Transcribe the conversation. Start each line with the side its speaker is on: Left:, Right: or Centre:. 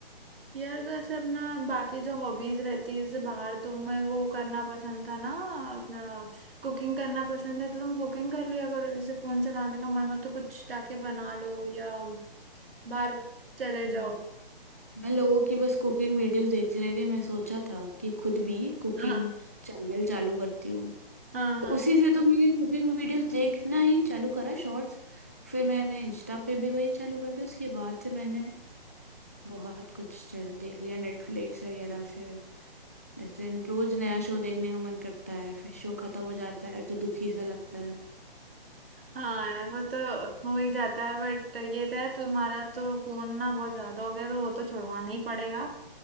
Right: यार तो ऐसे अपना बाकी जो हॉबीज रहती है जैसे बाहर तुम्हें वो करना पसंद था ना अपना कुकिंग करना पसंद है तो तुम कुकिंग कर लिया करो जैसे फोन चलाने का मन हो तो कुछ जाके बना लो या बाहर चले
Left: हम्म।
Right: जाओ
Left: मैं लोगों की बस कुकिंग वीडियोस देखती रह गई मैं सोचा था कि खुद भी कुकिंग
Right: हाँ
Left: चैनल चालू करती हूँ
Right: हाँ हाँ
Left: उसी से तो मैंने कुकिंग वीडियोस देखना ही चालू करा शॉर्ट्स फिर मैंने इंस्टा पे भी वही चालू कर दिया उसके बाद से मैंने बहुत कुछ देख लिया नेटफ्लिक्स वगैरह से ऐसे रोज नया शो देखने का मन करता है फिर शो खत्म हो जाता है तो दुखी सा लगता है
Right: हाँ यार वो तो हो ही जाता है बट ये तो है तुम्हारा तो फोन ना बहुत ज्यादा हो गया तो वो तो छुड़वाना ही पड़ेगा